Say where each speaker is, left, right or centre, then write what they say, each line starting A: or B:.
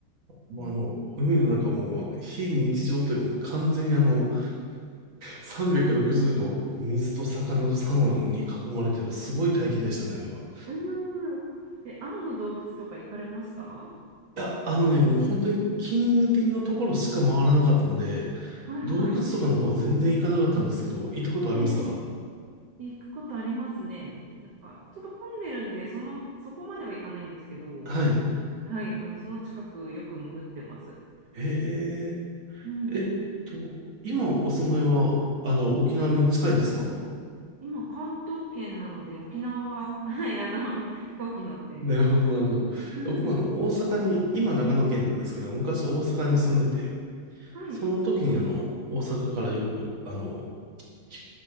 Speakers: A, on the right; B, on the right.
A: もうあの、
B: え
A: 海の中も非日常というかもう完全にあの360度 <laughs> 水と魚とサンゴに囲まれてるすごい体験でしたね、あれは。
B: うーん。え、青の洞窟とか行かれましたは
A: いや、あのね、もう本当に近隣のところしか回らなかったんで、
B: いはい。
A: 洞窟とかの方全然行かなかったんですけど、行ったことありますか
B: ええ行くことありますね。なんか、ちょっと混んでるんで、その、そこまでは行かないんですけど、
A: はい。
B: はい、あの、その近くよく潜ってます。
A: へえ、
B: うんうん。
A: えっと、今お住まいは、あの、沖縄に近いんですか
B: 今、うん
A: <laughs>
B: 今関東圏なので、沖縄は、<laughs> はい、あの、飛行機乗って向かってます。
A: なるほど、なるほど。
B: うん。
A: 僕はあの、大阪に、今長野県なんですけど、昔大阪に住んでて、
B: はい、はい。
A: その時にあの、大阪からよく、あの、ひ